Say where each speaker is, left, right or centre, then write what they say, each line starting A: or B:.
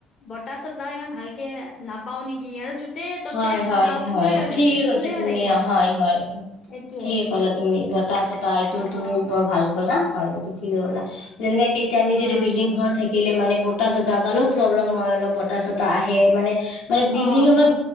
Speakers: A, on the left; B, on the left.
A: বতাহ চতাহ ইমান ভালকে নাপাও নেকি আৰু য'তে ত'তে
B: হয়
A: চাবা
B: হয় হয়
A: ফুলে হৈ
B: ঠিকে
A: থাকে ফুলে
B: কৈছা তুমি
A: হৈ থাকে এনেকুৱা
B: অ হয় হয়
A: এইটোয়ে
B: ঠিকে কলা তুমি তাৰছত আইতও
A: অ
B: তুমি
A: অ
B: বৰ ভাল কলা। হয় এইটো ঠিকে কলা। যেনেকে এতিয়া
A: অ
B: আম যদি
A: অ
B: বিল্ডিং ঘৰ থাকে। থাকিলে মানে বতাহ চতাহ কাৰণে কি প্ৰব্লেম হয় অলপ বতাহ চতাহ আহে মানে মানে বিল্ডিং,
A: অ
B: আমাৰ